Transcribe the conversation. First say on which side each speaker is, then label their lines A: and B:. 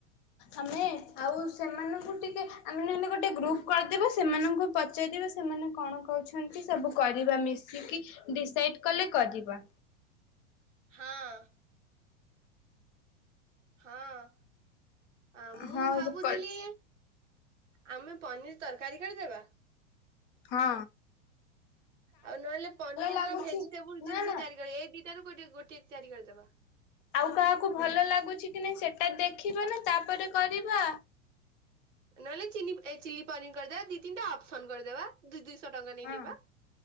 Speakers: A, on the left (about 45°); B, on the right (about 70°).
A: ଆମେ ଆଉ ସେମାନଙ୍କୁ ଟିକେ ଆମେ ନହେନେ ଗୋଟେ ଗ୍ରୁପ କରିଦେବା ସେମାନଙ୍କୁ ପଚାରିବେ ସେମାନେ କଣ କହୁଛନ୍ତି ସବୁ କରିବା ମିଶିକି। ଡିସାଇଡ୍ କଲେ କରିବା।
B: ହଁ। ହଁ ମୁଁ
A: ହଁ
B: ଭାବୁଥିଲି
A: ହଁ।
B: ଆମେ ପନିର୍ ତରକାରୀ କରିଦେବା।
A: ହଁ।
B: ଆଉ ନହେଲେ ପନିର
A: ଲାଗୁଛି
B: ର ଭେଜିଟେବୁଲ ଜିନିଷ
A: ନା ନା
B: ତିଆରି କରିବ ଏଇ ଦିଟାରୁ ଗୋ ଗୋଟେ ତିଆରି କରିଦବା।
A: ଆଉ କାହାକୁ ଭଲ ଲାଗୁଛି କି ନାଇଁ ସେଟା ଦେଖିବା ନା ତାପରେ କରିବା।
B: ନହେଲେ ଚିଲି ଚିଲି ପନିର କରିଦେବା ଦି ତିନଟା ଅପସନ୍ କରିଦେବା ଦୁଇ ଦୁଇ ଶ ଟଙ୍କା ନେଇ
A: ହଁ
B: ନେବା।